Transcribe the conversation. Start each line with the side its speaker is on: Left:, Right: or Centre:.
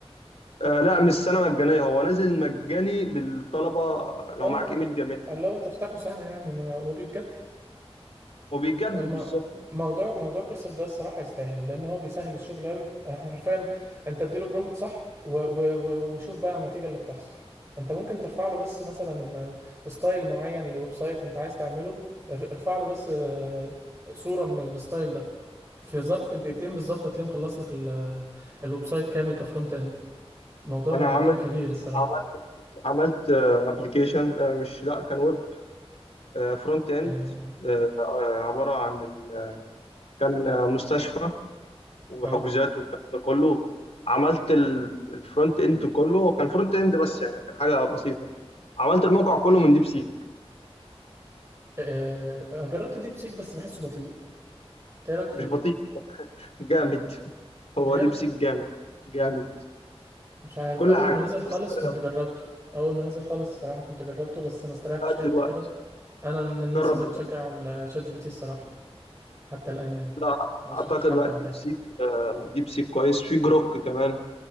Left: آه لا مش سنة مجانية هو نازل مجاني للطلبة لو
Right: اه
Left: معاك ايميل
Right: اه
Left: جامعي
Right: اللي هو تفتحه سنة يعني ما وبيتجدد
Left: وبيجدد
Right: الم...
Left: بالظبط
Right: موضوع موضوع كرسر ده الصراحة يستاهل لأن هو بيسهل الشغل أوي <laughs> حرفيا أنت اديله برومبت صح و... و... و... وشوف بقى النتيجة اللي بتحصل أنت ممكن ترفع له بس مثلا ستايل معين لويب سايت أنت عايز تعمله ار- ارفع له بس آه، صورة من الستايل ده في ظرف دقيقتين بالظبط هتلاقيه مخلص لك ال... الويب سايت كامل كفرونت إند موضوع
Left: انا
Right: موضوع
Left: عملت
Right: كبير الصراحة
Left: عملت عملت ابلكيشن مش لا كان ويب فرونت اند
Right: اه
Left: عبارة عن ال- كان آه، مستشفى وحجوزات
Right: آه.
Left: والكلام ده كله عملت الفرونت اند كله كان فرونت اند بس يعني كان حاجة بسيطة عملت الموقع كله من ديب سيك
Right: آه، أنا جربت ديب سيك بس بحسه بطيء إيه رأيك فيه
Left: مش بطيء جامد <laughs> هو
Right: بجد
Left: ديب سيك جامد جامد
Right: مش عارف
Left: في كل
Right: اول
Left: حاجة
Right: ما نزل خالص
Left: بالذات الرياضة.
Right: كنت جربته اول ما نزل خالص الصراحه كنت جربته بس ما استريحتش
Left: لا،
Right: فيه قد
Left: دلوقتي
Right: كده انا من الناس
Left: جرب
Right: اللي بتشجع على شات جي بي تي الصراحه حتى الان يعني
Left: لا
Right: ما شفتش
Left: اعتقد
Right: حد
Left: لا
Right: عداه
Left: ديب سيك آه، ديب سيك كويس في جروك كمان